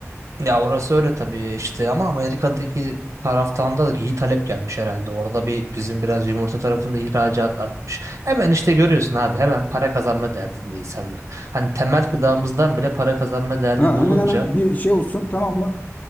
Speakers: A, on the right (about 70°); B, on the left (about 30°).
A: Ya orası öyle tabii işte ama Amerika'daki taraftan da iyi talep gelmiş herhalde. Orada bir bizim biraz yumurta tarafında ihracat artmış. Hemen işte görüyorsun abi hemen para kazanma derdindeyiz insanlar. Hani temel gıdamızdan bile para kazanma derdinde
B: Ha,
A: olunca
B: hemen hemen bir şey olsun tamam mı?